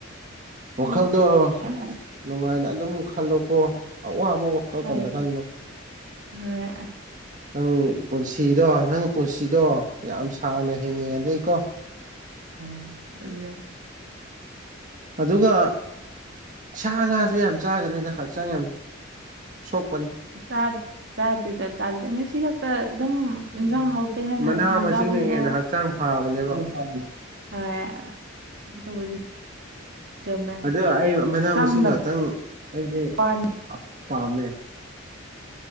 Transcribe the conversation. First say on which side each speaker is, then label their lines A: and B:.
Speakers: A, on the right; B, on the right.
A: ꯋꯥꯈꯜꯗꯣ
B: ꯎꯝ
A: ꯅꯨꯡꯉꯥꯏꯅ ꯑꯗꯨꯝ ꯈꯜꯂꯣꯀꯣ ꯑꯋꯥꯕ ꯈꯣꯏꯁꯣꯝꯗ
B: ꯍꯣꯏ
A: ꯈꯥꯜꯂꯨꯅꯨ꯫
B: ꯍꯣꯏ
A: ꯅꯪ ꯄꯨꯟꯁꯤꯗꯣ ꯅꯪ ꯄꯨꯟꯁꯤꯗꯣ ꯌꯥꯝ ꯁꯥꯡꯅ ꯍꯦꯡꯅꯤꯡꯉꯗꯤꯀꯣ꯫
B: ꯑꯣ ꯑꯗꯨꯅꯦ꯫
A: ꯑꯗꯨꯒ ꯁꯥ ꯉꯥꯥꯖꯨ ꯌꯥꯝ ꯆꯥꯒꯅꯨꯗ ꯍꯛꯆꯥꯡ ꯌꯥꯝ ꯁꯣꯛꯄꯅꯤ꯫
B: ꯆꯥꯠ ꯆꯥꯗꯦꯗ ꯆꯥꯖꯦ ꯉꯁꯤꯈꯛ ꯇ ꯗꯨꯝ
A: ꯎꯝ
B: ꯏꯟꯖꯥꯡ ꯍꯥꯎꯇꯦ ꯍꯥꯏꯅ
A: ꯃꯅꯥ
B: ꯑꯁꯨꯝ
A: ꯃꯁꯤꯡꯅ
B: ꯆꯥꯕꯤꯕ
A: ꯍꯦꯟꯅ
B: ꯋꯥꯅꯤ
A: ꯍꯛꯆꯥꯡ ꯐꯕꯅꯦꯕ
B: <unintelligible> ꯍꯣꯏ ꯑꯗꯨꯕꯨꯗꯤ꯫ ꯆꯨꯝꯃꯦ
A: ꯑꯗꯣ ꯑꯩ ꯃꯅꯥ
B: ꯆꯪꯗꯕ
A: ꯃꯁꯤꯡ ꯈꯛꯇꯪ ꯑꯩꯗꯤ
B: ꯋꯥꯅꯤ
A: <unintelligible> ꯄꯥꯝꯃꯦ꯫